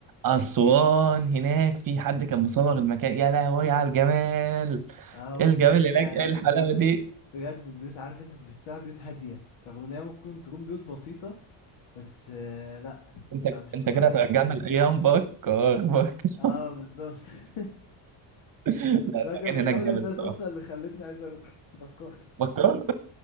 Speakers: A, on the right; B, on the left.
A: أسوان هناك في حد كان مصور المكان يا لهوي على الجمال
B: اه
A: إيه
B: والدنيا
A: الجمال هناك إيه
B: البيوت
A: الحلاوة دي
B: بجد البيوت عارف انت تحسها بيوت هادية رغم ان هي ممكن تكون بيوت بسيطة بس آه، لا
A: انت
B: لا مش
A: انت
B: طبيعية
A: كده هترجعنا لايام بكار بكار <laughs>
B: اه بالظبط <laughs>
A: لا
B: ده
A: المكان
B: كان من
A: هناك
B: اول
A: جامد
B: الناس
A: الصراحه
B: اصلا اللي خلتني عايز اروح <laughs> بكار
A: بكار